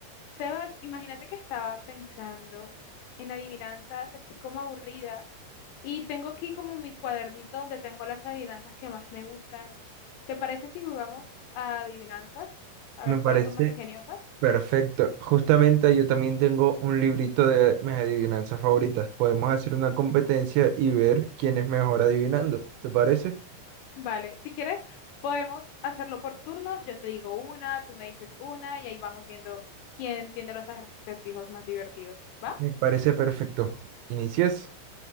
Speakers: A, on the left (about 80°); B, on the right (about 80°).
A: Sebas, imagínate que estaba pensando en adivinanzas, estoy como aburrida y tengo aquí como mi cuadernito donde tengo las adivinanzas que más me gustan. ¿Te parece si jugamos a adivinanzas? A
B: Me
A: ver
B: parece
A: cuáles son más ingeniosas.
B: perfecto. Justamente yo también tengo un librito de mis adivinanzas favoritas. Podemos hacer una competencia y ver quién es mejor adivinando. ¿Te parece?
A: Vale, si quieres, podemos hacerlo por turnos. Yo te digo una, tú me dices una y ahí vamos viendo quién tiene los acertijos más divertidos. ¿Va?
B: Me parece perfecto. Inicias.